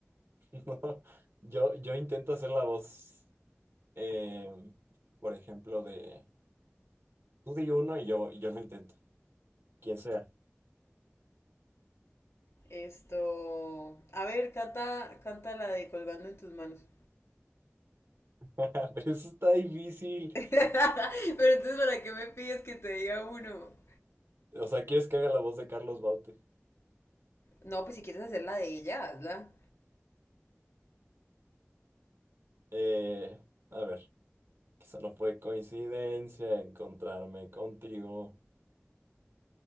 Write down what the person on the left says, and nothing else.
Esto. A ver, canta, canta la de colgando en tus manos.
<laughs> Pero entonces, ¿para qué me pides que te diga uno?
No, pues si quieres hacer la de ella, hazla.